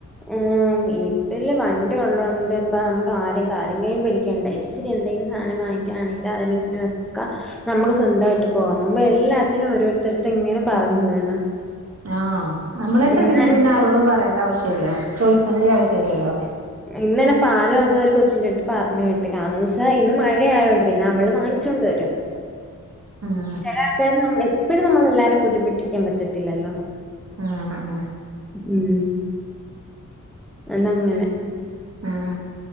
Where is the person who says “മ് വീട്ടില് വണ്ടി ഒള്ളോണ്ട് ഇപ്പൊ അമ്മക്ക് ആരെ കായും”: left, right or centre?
Centre